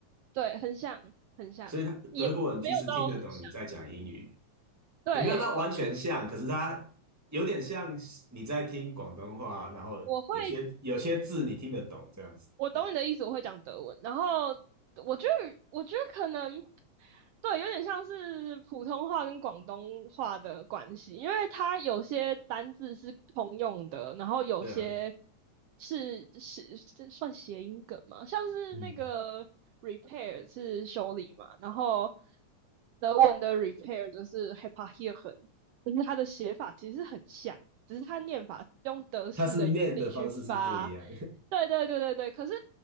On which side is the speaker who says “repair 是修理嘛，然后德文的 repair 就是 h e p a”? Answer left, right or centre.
Right